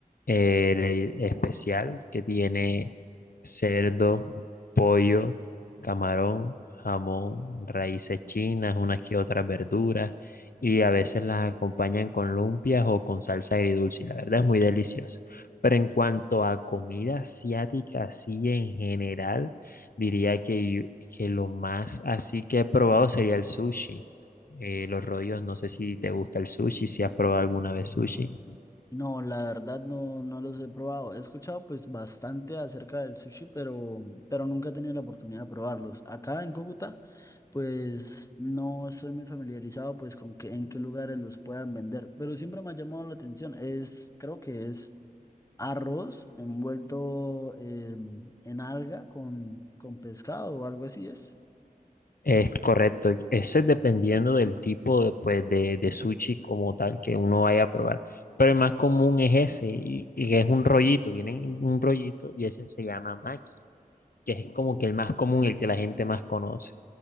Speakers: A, on the left; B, on the left.
A: eh, le- especial que tiene cerdo, pollo, camarón, jamón, raíces chinas, unas que otras verduras, y a veces las acompañan con lumpias o con salsa agridulce. y La verdad es muy deliciosa. Pero en cuanto a comida asiática, así en general, Diría que, yo- que lo más así que he probado sería el sushi. Eh, los rollos, no sé si te gusta el sushi, si has probado alguna vez sushi.
B: No, la verdad no, no los he probado. He escuchado pues bastante acerca del sushi, pero, pero nunca he tenido la oportunidad de probarlos. Acá en Cúcuta, pues no estoy muy familiarizado pues con que, en qué lugares los puedan vender, pero siempre me ha llamado la atención. Es, creo que es arroz envuelto em, en alga con, con pescado o algo así es.
A: Es correcto, eso es dependiendo del tipo de, pues, de, de sushi como tal que uno vaya a probar. Pero el más común es ese, y, y es un rollito, viene en un rollito y ese se llama maki, que es como que el más común, el que la gente más conoce.